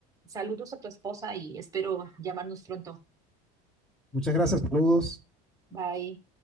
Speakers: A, on the right; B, in the centre.
A: Saludos a tu esposa y espero llamarnos pronto.
B: Muchas gracias, saludos.
A: Bye.